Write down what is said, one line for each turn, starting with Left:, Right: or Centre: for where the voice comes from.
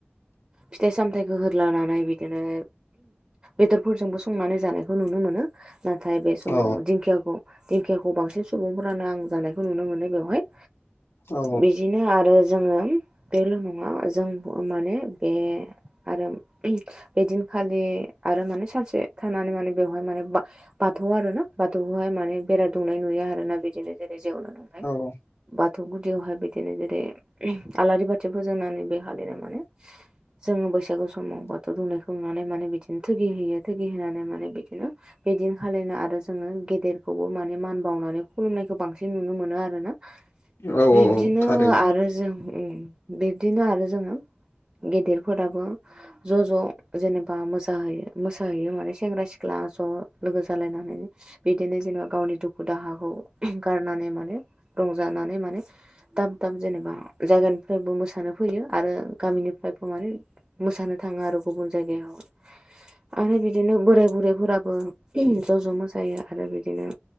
Right: फिथाइ सामथायाइखौ होदलानानै बिदिनो बेदर फोरजोंबो संनानै जानायखौ नुनो मोनो नाथाय बे समाव
Left: औ
Right: दिंखियाखौ दिंखियाखौ बांसिन सुबुंफ्रानो आं जानायखौ नुनो मोनो बेवहाय
Left: औ
Right: बिदिनो आरो जोङो बेल' नङा जों माने बे आरो बेदिनखालि आरो माने सानसे थानानै माने बेवहाय माने बाथौ आर ना बाथौखौहाय माने बेरा दुंनाय नुया आर ना बिदिनो जेरै जेवनो <unintelligible>
Left: औ
Right: बाथौ गुदियावहाय बिदिनो जेरै आलारि बाथि फोजोंनानै बे हालिरनाय माने जोंङो बैसागु समाव बाथौ दुमनायखौ नुनानै माने बिदिनो थुगि होयो। थगि होनानै माने बिदिनो बिदिन खानो आरो जोंङो गेदेरखौबो माने मान बावनानै खुलुमनायखौ बांसिन नुनो मोनो आरो ना
Left: औ
Right: बिब्दिनो
Left: औ थारैनो
Right: आरो जों बिब्दिनो आरो जोंङो गेदेरफोराबो ज' ज' जेनेबा मोसाहैयो जायो माने सेंग्रा सिख्ला ज' लोगो जालायनानै बिदिनो जेनेबा गावनि दुखु दाहाखौ गारनानै माने रंजानानै माने दाब दाब जेनेबा जायगानिफ्रायबो मोसानो फैयो आरो गामिनिफ्रायबो माने मोसानो थाङो आरो गुबुन जायगायाव आरो बिदिनो बोराय बुरैफोराबो ज' ज' मोसायो आरो बिदिनो